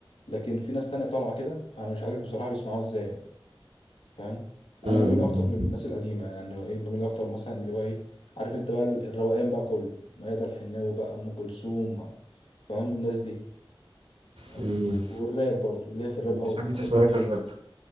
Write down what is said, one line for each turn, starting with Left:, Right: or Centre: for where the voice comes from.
Left: لكن في ناس تانية طالعه كده انا مش عارف بصراحه بيسمعوها ازاي يعني. فاهم
Right: أمم،
Left: انا بميل اكتر للناس القديمه يعني ايه بميل اكتر مثلا اللي هو ايه عارف انت بقى الروقان بقى كله ميادة الحناوي بقى ام كلثوم فاهم الناس دي فاهم
Right: أمم.
Left: والراب برضو ليا في الراب
Right: بتحب
Left: قوي يعني
Right: تسمع
Left: بحب الراب
Right: ايه في
Left: جدا
Right: الراب